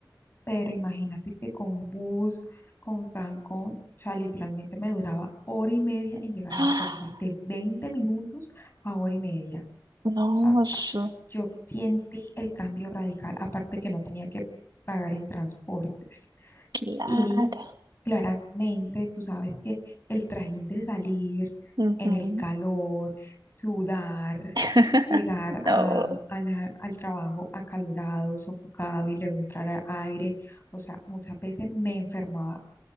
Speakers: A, on the left (about 30°); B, on the right (about 70°).
A: Pero imagínate que con bus, con trancón, o sea, literalmente me duraba hora y media en llegar
B: ah,
A: a la casa, o sea, de 20 minutos a hora y media.
B: no,
A: O sea,
B: eso,
A: yo sentí el cambio radical, aparte que no tenía que pagar en transportes.
B: claro
A: Y claramente tú sabes que el trajín de salir
B: ujú,
A: en el calor, sudar,
B: <laughs>
A: llegar a,
B: no,
A: a la- al trabajo acalorado, sofocado y luego entrar al aire, o sea, muchas veces me enfermaba